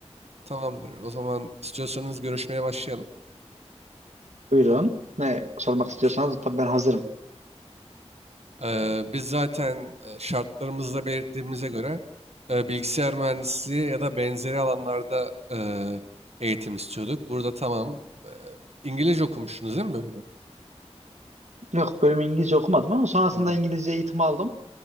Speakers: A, on the right; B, on the right.
A: Tamamdır. O zaman istiyorsanız görüşmeye başlayalım.
B: Buyurun. Ne sormak
A: Tamamdır.
B: istiyorsanız tabii ben hazırım.
A: Ee, biz zaten e, şartlarımızda belirttiğimize göre e, bilgisayar mühendisliği ya da benzeri alanlarda e, eğitim istiyorduk. Burada tamam. e, İngilizce okumuştunuz değil mi bölümü?
B: Yok bölümü İngilizce okumadım ama sonrasında
A: Ha,
B: İngilizce eğitim aldım.